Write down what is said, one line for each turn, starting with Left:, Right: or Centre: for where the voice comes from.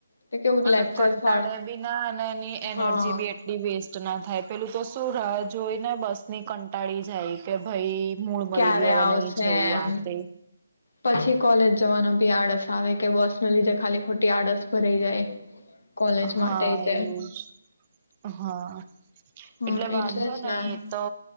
Left: તો કેવું
Right: અને
Left: લેક્ચર
Right: કંટાળે
Left: સાળ
Right: બી ના અને એની એનર્જી
Left: હા
Right: બી એટલી વેસ્ટ ના થાય પેલું તો શું રહ જોઈને બસ ની કંટાળી જાય કે ભાઈ મૂળ મરી
Left: ક્યારે
Right: ગયું હવે
Left: આવશે
Right: નહી જવું
Left: એમ
Right: આ તે
Left: પછી કોલેજ જવાનો બી આડસ આવે કે બસ ન લીધે ખાલી ખોટી આળસ ભરાઈ જાય કોલેજ
Right: હા
Left: માટે તે
Right: એવું જ હા
Left: હા
Right: એટલે વાંધો
Left: જ
Right: નહી
Left: ને
Right: એ તો